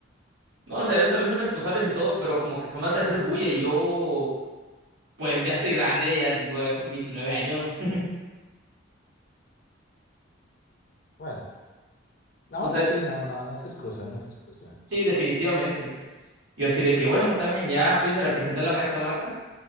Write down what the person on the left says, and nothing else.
Bueno, no,
aún así, no, no, no es excusa, no es excusa.